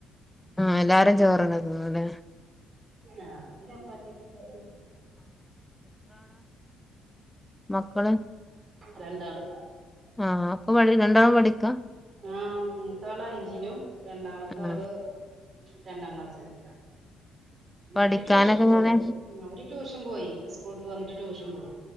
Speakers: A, in the centre; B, on the right (about 35°).
A: ആ എല്ലാരും ചോറ് തന്നെ തിന്നുല്ലേ
B: ആ രാത്രി ചപ്പാത്തിയൊക്കെണ്ടാക്കും
A: മക്കളും
B: രണ്ടാള്
A: ആ ഒപ്പ മ രണ്ടാ പഠി പഠിക്കാ
B: ആ മൂത്ത ആള് അഞ്ചിലും രണ്ടാമത്തെ
A: ആഹ്
B: ആള് രണ്ടാം ക്ലാസ്സിലും
A: പഠിക്കാനൊക്കെ
B: അവര് ട്യൂഷൻ പോയി
A: ഇങ്ങനെ
B: അവര് ട്യൂഷൻ പോയി ഇപ്പ സ്കൂള്ട്ട് വന്നിട്ട് ട്യൂഷൻ പോയി